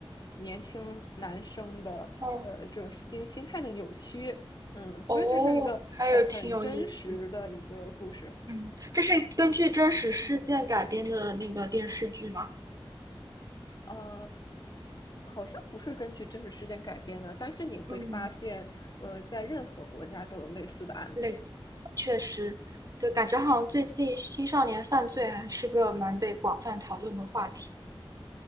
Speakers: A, on the left; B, on the right.
A: 年轻男生的呃这种心心态的扭曲，
B: 哦
A: 嗯，
B: 哦，
A: 所以这是一个很很真实的一个故事，
B: 还有挺有意思。嗯，这是根据真实事件改编的那个电视剧吗？
A: 啊，好像不是根据真实事件改编的，但是你会发现，
B: 嗯，
A: 呃，在任何国家都有类似的案子。
B: 类似，确实，对，感觉好像最近青少年犯罪还是个蛮被广泛讨论的话题。